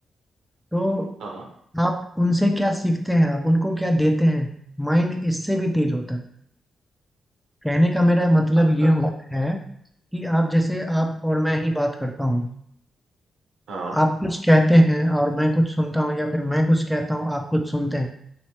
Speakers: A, in the centre; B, on the right (about 85°).
A: तो
B: हाँ
A: आप उनसे क्या सीखते हैं आप उनको क्या देते हैं माइंड इससे भी तेज होता है कहने का मेरा मतलब
B: अच्छा
A: ये हो है कि आप जैसे आप और मैं ही बात करता हूँ
B: हाँ
A: आप कुछ कहते हैं और मैं कुछ सुनता हूँ या फिर मैं कुछ कहता हूँ आप कुछ सुनते हैं